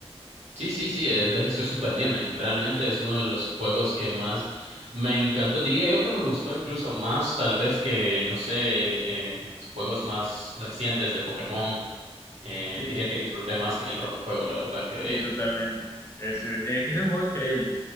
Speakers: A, on the right; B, on the left.
A: Sí, sí, sí, envejeció súper bien. en- Realmente es uno de los juegos que más me encantó. Diría yo que me gustó incluso más, tal vez que, no sé, eh, juegos más recientes de Pokémon. Eh,
B: Sí,
A: diría que disfruté más que el Rojo Fuego, la verdad que...
B: sí, totalmente. Es, eh, que es un juego increíble.